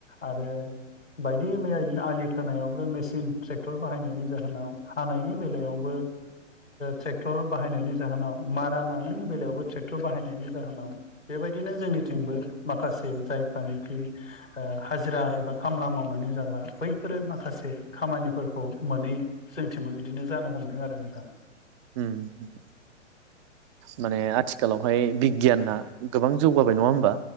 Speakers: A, on the left; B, on the right.
A: आरो बायदि मैया बिदिनो आलि खोनायावबो मेसिन ट्रेक टर बाहायनायनि जाहोनाव हानायनि बेलायावबो ट्रेक्टर बाहायनायनि जाहोनाव मारा नानायनि बेलायावबो ट्रेक्टर बाहायनायनि जाहोनाव बेबायदिनो जोंनिथिंबो माखासे जायफ्रानिखि हाजिरा एबा खामला मावनानै जाग्रा बैफोरो माखासे खामानि फोरखौ मोनै जोंथिंबो बिदिनो जानो हमदों आरो नोंथां।
B: उम माने आथिखालावहाय बिगियाना गोबां जौगाबाय नङा होमबा?